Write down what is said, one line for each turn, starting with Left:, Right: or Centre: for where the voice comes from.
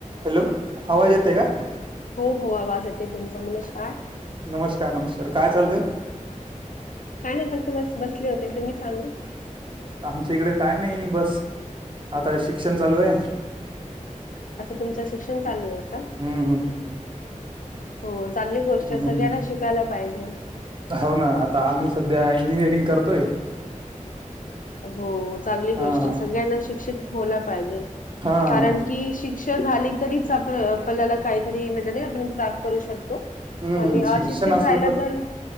Right: Hello आवाज येत का?
Left: हो हो आवाज येते तुमचा नमस्कार
Right: नमस्कार नमस्कार काय चालू आहेय?
Left: काय नाही फक्त बस बसले होते तुम्ही सांगा.
Right: आमच्या इकडे काय नाही बस आता शिक्षण चालू आहे.
Left: आता तुमच शिक्षण चालू आहे का?
Right: हम्म
Left: हो चांगली गोष्ट
Right: हम्म
Left: आहे सगळ्यांनाच
Right: हम्म
Left: शिकायला पाहिजे.
Right: हो ना आता आम्ही सध्या इंजिनिअरिंग करतोय.
Left: हो चांगली
Right: हा
Left: गोष्ट
Right: हा
Left: सगळ्यांना शिक्षित होला पाहिजे
Right: हा
Left: कारण
Right: हा
Left: की शिक शिक्ष झाली तरीच आप आपल्याला काहीतरी नाही आपण प्राप्त करू शकतो.
Right: हम्म
Left: आणि
Right: शिक्षण
Left: अशिक्षित
Right: असलं
Left: राहिलं तर